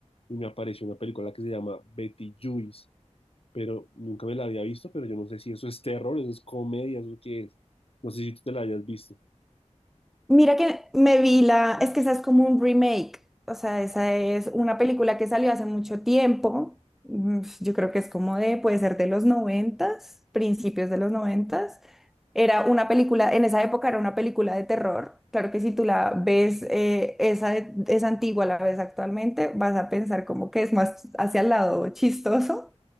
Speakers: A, on the left; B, in the centre.
A: y me apareció una película que se llama Betty Juice, pero nunca me la había visto, pero yo no sé si eso es terror, eso es comedia, eso qué es. No sé si tú te la hayas visto.
B: Mira que me vi la, es que esa es como un remake, o sea, esa es una película que salió hace mucho tiempo, mm, yo creo que es como de, puede ser de los noventas, principios de los noventas, era una película, en esa época era una película de terror, claro que si tú la ves, eh, esa de- es antigua, la ves actualmente, vas a pensar como que es más hacia el lado chistoso,